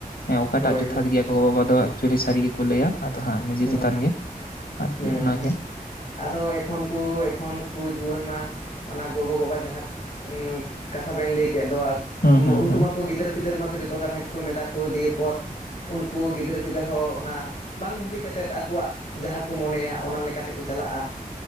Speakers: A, on the left; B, on the left.
A: ᱦᱮᱸ ᱚᱠᱟᱴᱟᱜ
B: ᱦᱳᱭ
A: ᱡᱚᱛᱷᱟᱛ
B: ᱦᱳᱭ
A: ᱜᱮᱭᱟ ᱜᱚ-ᱵᱟᱵᱟ ᱫᱚ ᱮᱠᱪᱩᱭᱮᱞᱤ ᱥᱟᱹᱨᱤ ᱜᱮᱠᱚ ᱞᱟᱹᱭᱟ ᱟᱫᱚ ᱦᱟᱸᱜ ᱱᱤᱡᱮ
B: ᱦᱩᱸ
A: ᱪᱮᱛᱟᱱ ᱜᱮ ᱟᱨᱠᱤ
B: ᱦᱩᱸ
A: ᱚᱱᱟᱜᱮ
B: ᱟᱫᱚ ᱮᱠᱷᱚᱱ ᱠᱚ ᱮᱠᱷᱚᱱ ᱠᱚ ᱡᱩᱣᱟᱹᱱ ᱢᱟ ᱚᱱᱟ ᱜᱚᱜᱚ-ᱵᱟᱵᱟ ᱡᱟᱦᱟᱸ ᱠᱟᱛᱷᱟ ᱵᱮᱱ ᱞᱟᱹᱭ ᱠᱮᱜ ᱫᱚ
A: ᱦᱩᱸ ᱦᱩᱸ
B: ᱩᱝᱠᱩ
A: ᱦᱩᱸ
B: ᱢᱟᱠᱚ ᱜᱤᱫᱟᱹᱨᱟᱹ ᱯᱤᱫᱟᱹᱨ ᱢᱟ ᱠᱚ ᱡᱚᱛᱚ ᱠᱟᱛᱷᱟ ᱜᱮᱠᱚ ᱢᱮᱛᱟ ᱠᱚ ᱫᱤᱭᱮ ᱯᱚᱨ ᱩᱱᱠᱩ ᱜᱤᱫᱟᱹᱨ ᱯᱤᱫᱟᱹᱨ ᱦᱚᱸ ᱚᱱᱟ ᱵᱟᱝ ᱵᱷᱟᱹᱵᱤ ᱠᱟᱛᱮᱫ ᱟᱠᱚᱣᱟᱜ ᱡᱟᱦᱟᱸ ᱠᱚ ᱢᱚᱱᱮᱭᱟ ᱚᱱᱟ ᱞᱮᱠᱟ ᱛᱮᱠᱚ ᱪᱟᱞᱟᱜᱼᱟ